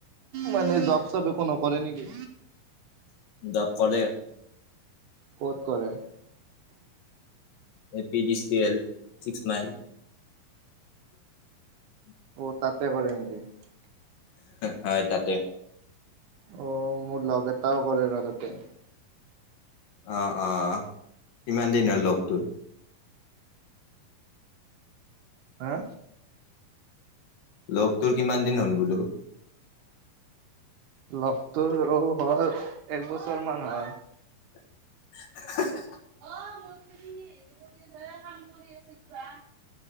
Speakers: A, on the right; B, on the left.
A: মানে জব-চব একো নকৰে নেকি?
B: জব কৰে <unintelligible>
A: ক'ত কৰে? <unintelligible>
B: এ P D C L six mile <unintelligible>
A: অ তাতে কৰে নেকি? <unintelligible>
B: হয় তাতে
A: অ মোৰ লগ এটাও কৰে ৰ তাতে
B: অ-অ কিমান দিনৰ লগ তোৰ?
A: হা
B: লগ তোৰ কিমান দিন হ'ল বোলো?
A: লগটোৰ হ'ল এক বছৰ মান হ'ল।
B: <unintelligible>
A: অ মই কৰি কাম কৰি আছে কিবা